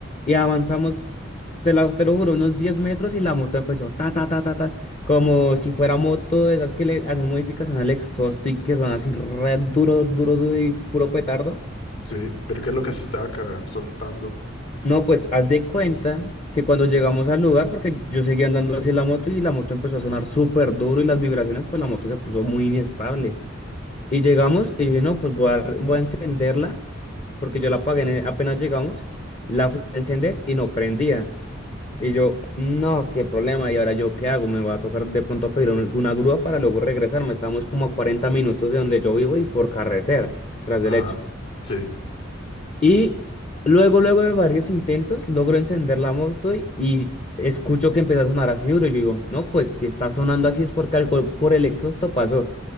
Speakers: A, on the left (about 30°); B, on the left (about 65°).
A: Y avanzamos, te lo, te lo juro, unos 10 metros y la moto empezó ta, ta, ta, ta, ta, como si fuera moto de esas que le hacen modificación al exhaust y que son así re duro, duro, duro y puro petardo.
B: Sí, pero ¿qué es lo que se estaba acá soltando?
A: No, pues haz de cuenta que cuando llegamos al lugar, porque yo seguía andando hacia la moto y la moto empezó a sonar súper duro y las vibraciones, pues la moto se puso muy inestable. Y llegamos y dije, no, pues voy a, voy a encenderla, porque yo la apagué en el- apenas llegamos, la fui a encender y no prendía. Y yo, no, qué problema, ¿y ahora yo qué hago? Me va a tocar de pronto pedir alguna grúa para luego regresarme. Estamos como a 40 minutos de donde yo vivo y por carretera, tras derecho.
B: Ajá, sí,
A: Y luego, luego de varios intentos, logro encender la moto y, y escucho que empieza a sonar así duro. Yo digo, no, pues si está sonando así es porque algo por el exhausto pasó.